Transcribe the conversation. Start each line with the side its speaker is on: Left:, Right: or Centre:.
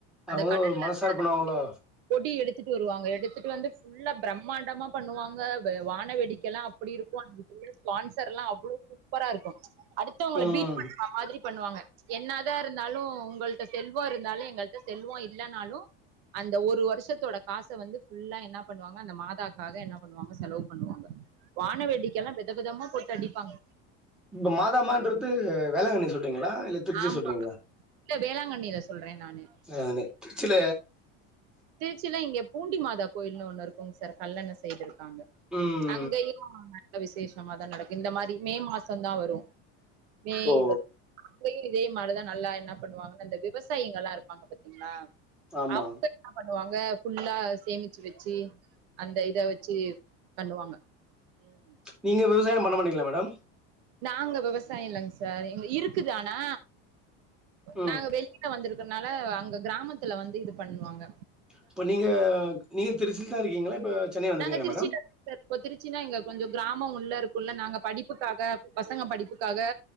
Right: அந்த
Centre: அவங்க
Right: கடல்ல
Centre: ஒரு மனசார
Right: இருந்து அந்த
Centre: பண்ணுவாங்களோ
Right: கொடி கொடி எடுத்துட்டு வருவாங்க எடுத்துட்டு வந்து ஃபுல்லா பிரம்மாண்டமா பண்ணுவாங்க வான வெடி க்கெல்லா அப்டி இருக்கு அந்த ஸ்பான்சர் எல்லா அவ்ளோ சூப்பர இருக்கு அடுத்தவங்கள
Centre: ம்
Right: பீட் பண் ற மாதிரி பண்ணுவாங்க என்ன தா இருந்தாலு உங்கள்ட்ட செல்வோ இரு ந்தாலு எங்கள்ட்ட செல்வோ இல்லனாலு அந்த ஒரு வருஷத்தோட காச வந்து ஃபுல்லா என்ன பண்ணுவாங்க அந்த மாதாக்காக என்ன பண்ணுவாங்க செலவு பண்ணுவாங்க வான வேடிக்கல்லாம் வெதவெதமா போட்டு அடிப்பாங்
Centre: இப்ப மாதாமன்றது வேளாங்கண்ணி சொல்றீங்களா இல்ல திருச்சி
Right: ஆமா
Centre: சொல்றீங்களா
Right: இல்ல வேளாங்கண்ணியில சொல்ற நானு
Centre: நானு திருச்சில
Right: திருச்சியில இங்க பூண்டி மாதா கோயில்னு ஒண்ணு இருக்குங்க சார் கல்லண சைடு இருக்காங்க
Centre: ம்
Right: அங்கேயு நல்ல விசேஷமாதா நடக்கு இந்த மாரி மே மாசோ தா வரு மே
Centre: ஓ
Right: அங்கயு இதே மாரிதா நல்லா என்ன பண்ணுவாங்கன்னா இந்த விவசாயிகள் எல்லா இருப்பாங்க பாத்தீங்களா
Centre: ஆமா
Right: அவங்க என்ன பண்ணுவாங்க ஃபுல்லா சேமிச்சு வச்சி அந்த இத வச்சி பண்ணுவாங்க ம்
Centre: நீங்க விவசாயம் பண்ண மாட்டீங்களா மேடம்
Right: நாங்க விவசாய இல்லங் சார் இருக்குது ஆனா
Centre: ம்
Right: நாங்க வெ க்க வந்திருக்கனால அங்க கிராமத்துல வந்து இது பண்ணுவாங்க
Centre: இப்ப நீங்க நீங்க திருச்சியில தா இருக்கீங்ளா இப்ப சென்னை வந்துட்டீங்களா
Right: நாங்க திருச்சில
Centre: மேடம்
Right: <inaudible> இப்போ திருச்சின்னா இங்க கொஞ்சோ கிராமோ உள்ள இருக்குல்ல நாங்க படிப்புக்காக பசங்க படிப்புக்காக